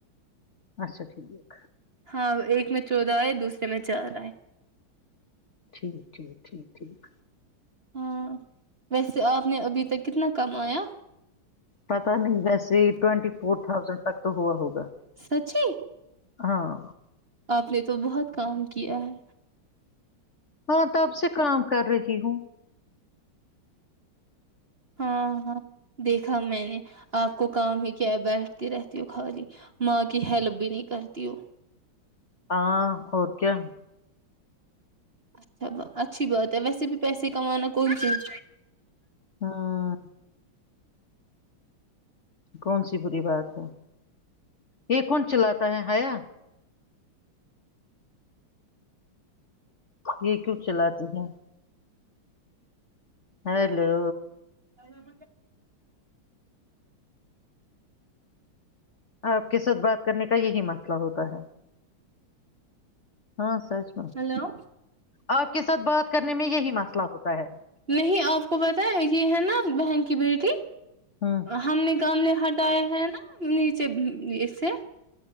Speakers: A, on the left; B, on the right.
A: اچھا ٹھیک
B: ہاں ایک میں چودہ آئے دوسرے میں چار آئے
A: ٹھیک ٹھیک ٹھیک ٹھیک
B: ہاں ویسے آپ نے ابھی تک کتنا کم آیا
A: پتا نہیں ویسے ٹوینٹی فور تھازینڈ تک تو ہوا ہوگا
B: سچی
A: ہاں
B: آپ نے تو بہت کام کیا ہے
A: ہاں تب سے کام کر رہی ہوں
B: ہاں ہاں دیکھا میں نے آپ کو کام ہی کیا ہے بیٹھتی رہتی ہ خالی ماں کی ہیلپ بھی نہیں کرتی ہو
A: ہاں ہو کیا
B: اچھا اچھی بات ہے ویسے بھی پیسے کمانا کوئی چیز
A: ہاں کون سی بری بات ہے یہ کون چلاتا ہے ہیا یہ کیوں چلاتی ہے ہیلو
B: ا ہم ب
A: آپ کے ساتھ بات کرنے کا یہی مق مسلہ ہوتا ہے ہاں سچ میں
B: ہیلو
A: آپ کے ساتھ بات کرنے میں یہی مسئلہ ہوتا ہے
B: نہیں آپ کو بتائ یہ ہے نا بنک کی بیٹی
A: ہوں
B: ہم نے گاؤں میں ہر دیا ہے نا نیچے ایسے